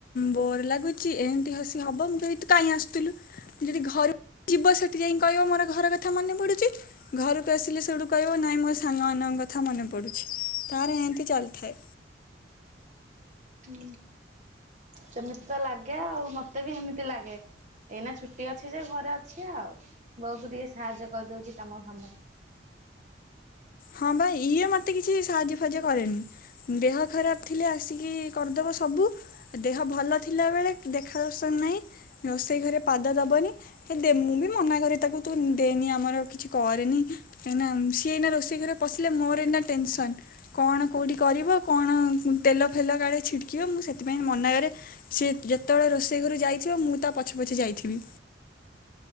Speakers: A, on the left; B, on the right.
A: ବୋର ଲାଗୁଚି ଏମିତି ହସି ହବ ମୁଁ କେମି କାହିଁ ଆସୁଥିଲୁ ଯଦି ଘରୁ ଯିବ ସେଠି ଯାଇ କହିବ ମୋର ଘର କଥା ମନେ ପଡୁଛି ଘରକୁ ଆସିଲେ ସେବଠୁ କହିବ ନାହିଁ ମୋ ସାଙ୍ଗମାନଙ୍କ କଥା ମନେ ପଡ଼ୁଛି ତାର ଏମିତି ଚାଲିଥାଏ।
B: ହୁଁ ସେମିତି ତ ଲାଗେ ଆଉ ମତେ ବି ହେମିତି ଲାଗେ। ଏଇନା ଛୁଟି ଅଛି ଯେ ଘରେ ଅଛି ଆଉ ବୋଉକୁ ଟିକେ ସାହାଯ୍ୟ କରିଦେଉଛି ତମ କାମରେ
A: ହଁ ଭ ଇଏ ମତେ କିଛି ସାହାଯ୍ୟ ଫଜ କରେନି। ଦେହ ଖରାପ ଥିଲେ ଆସିକି କରିଦବ ସବୁ ଦେହ ଭଲ ଥିଲା ବେଳେ ଦେଖା ଦର୍ସନ ନାହିଁ ରୋଷେଇ ଘରେ ପାଦ ଦବନି ହେ ଦେ ମୁଁ ବି ମନାକ ତାକୁ ତୁ ଦେନି ଆମର କିଛି କରେନି କାହିଁକିନା ସିଏଏଇନା ରୋଷେଇ ସେ ଘରେ ପଶିଲେ ମୋର ଏଇ ନାନା ଟେନସନ୍। କଣ କଉଠି କରିବ କଣ ତେଲ ଫେଲ କାଳେ ଛିଟକିବ ମୁଁ ସେଥିପାଇଁ ମନା କରେ ସିଏ ଯେତେବେଳେ ରୋଷେଇ ଘରୁ ଯାଇଥିବ ମୁଁ ତା ପଛେ ପଛେ ଯାଇଥିବି।